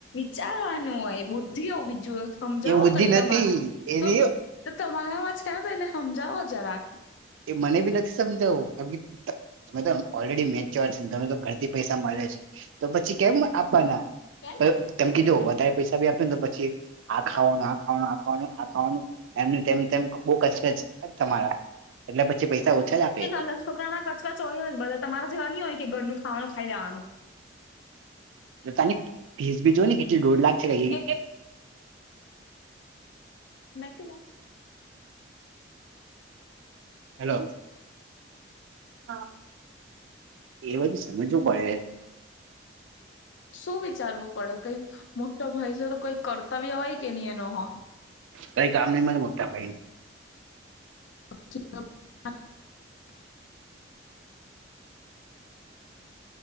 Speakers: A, on the left; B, on the right.
A: વિચારવાનું હોય બુદ્ધિ ઓવી બીજું સમજાવો
B: એ બુદ્ધિ
A: કઈ
B: નથી
A: તમારે
B: એની
A: તો તો તમારામાં છેને, તો એને સમજાવો જરાક
B: એ મને બી નથી સમજાવુ તમે તો ઓલરેડી મેચોર તમે તો ઘરથી પૈસા મલે છો તો પછી કેમ આપવાના
A: કેમ
B: તેમ કીજો વધારે પૈસા ભી આપે ને તો પછી આ ખાવાનું આ ખાવાનું આ ખાવાનું આ ખાવાનું એમનું તેમ તેમ બહ કચકચ તમારા એટલે પછી પૈસા ઓછા જ આપે
A: તે નાનો છ. છોકરા ના કચકાચ હોય હ જ બધા તમારે જેવા ન હોય કે ઘરનું ખાવાનું ખાઈ લેવાનુ
B: તાની ફીસ ભી જોય ને કેટલી દોઢ લાખ છે કઈ
A: એ મેકેલા
B: હેલો હા એ બધું સમજવું પડે
A: શું વિચારવું પડે કઈ મોટો ભાઈ છે, તો કઈ કર્તવ્ય હોય કે નહી એનો હો.
B: કઈ કામ નહી મને મોટા ભાઈ
A: <unintelligible>